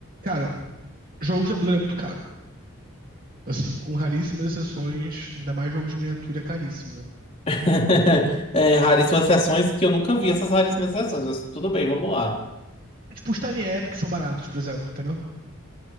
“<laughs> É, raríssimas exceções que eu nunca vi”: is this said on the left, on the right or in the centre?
Left